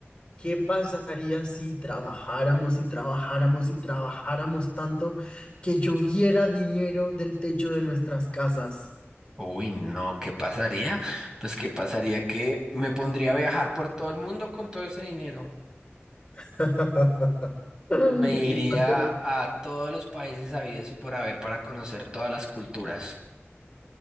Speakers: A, on the left; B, on the right.
A: ¿qué pasaría si trabajáramos y trabajáramos y trabajáramos tanto que lloviera dinero del techo de nuestras casas?
B: Uy, no, ¿qué pasaría? Pues qué pasaría que me pondría a viajar por todo el mundo con todo ese dinero.
A: <laughs>
B: Me iría
A: ¿Y, cuando-
B: a todos los países habidos y por haber para conocer todas las culturas.